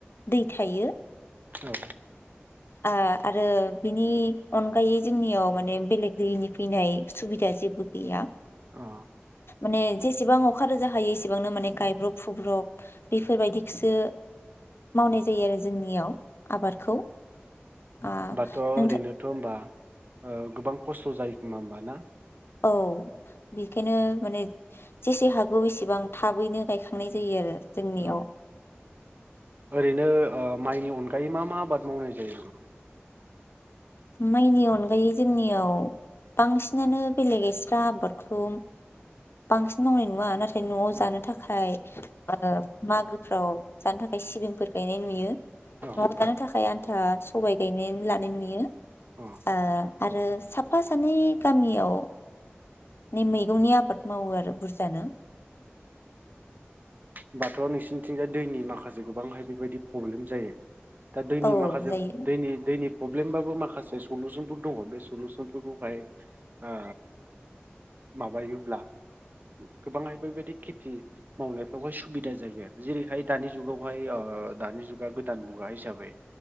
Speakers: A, on the left; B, on the right.
A: दै थायो।
B: औ
A: ओ आरो बिनि अनगायै जोंनियाव माने बेलेग दैनि फैनाय सुबिदा जेबो गैया।
B: अ
A: माने जेसेबां अ अखा रोजा हायो इसेबांनो माने गायब्रब फुब्रब बेफोरबायदिखौसो मावनाय जायो आरो जोंनियाव आबादखौ। आ
B: दाथ ओरैनोथम
A: नोंथां
B: बा ओ गोबां खस्थ जायो खोमा ओमबा ना?
A: औ बेखायनो माने जेसे हाग गौ इसेबां थाबैनो गायखा खांनाय जायो आरो जोंनियाव
B: औ ओरैनो ओ माइनि अनगायै मा मा आबाद मावनाय जायो?
A: माइनि अनगायै जोंनियाव बांसिनानो बेलेग एस्रा आबादखौ बांसिन मावनाय नुआ नाथ थाय नआव
B: औ
A: जानो थाखाय ओ मागोफ्राव जानो थाखाय सिबिंफोर गायनाय नुयो नआव
B: औ
A: जानो थाखाय आन था सबाइ गायनेन लानाय नुयो।
B: अ
A: ओ आरो साफा सानै गामियाव नि मैगंनि आबाद मावो आरो बुरजानो।
B: ओमबाथ नोंसिनिथिंजाय दैनि माखासे गोबांहाय बेबायदि पब्लेम जायो। दा दैनि
A: औ
B: माखासे
A: जायो
B: दैनि दैनिब पब्लेमबाबो माखासे सलुसनफोर दङ बे सलुसनफोरखौहाय ओ माबायोब्ला गोबांहाय बेबायदि खेथि मावनायफ बेवहाय सुबिदा जायो आरो जेरैहाय दानि जुगावहाय ओ दानि जुगा गोदान मुगा हिसाबै